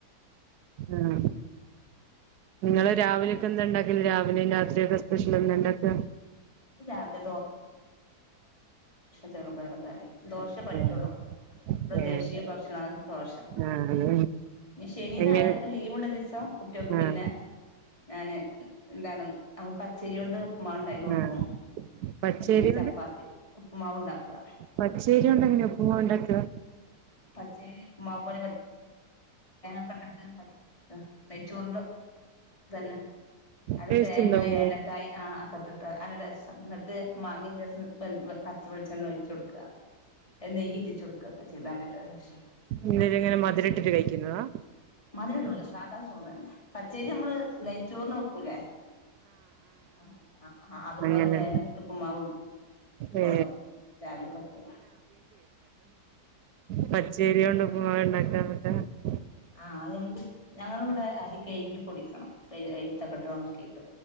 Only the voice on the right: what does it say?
ആഹ് നിങ്ങള് രാവിലേക്ക് എന്താ ഉണ്ടാക്കല് രാവിലെയും രാത്രിയൊക്കെ സ്പെഷ്യൽ എന്താ ഉണ്ടാക്കാ
ഏഹ്
ഏഹ്
ആഹ് അത്
എങ്ങനെ
ആഹ്
ആ
പച്ചരി
പച്ചേര്യോണ്ടെങ്ങന്യാ ഉപ്പ്മാവ് ഉണ്ടാക്കാ
ടേസ്റ്റ്
ഉണ്ടാവോ
എന്തേലും ഇങ്ങനെ മധുരം ഇട്ടിട്ട് കഴിക്കുന്നതാ
അങ്ങനെ
ഏ
പച്ചേരിയു <unintelligible>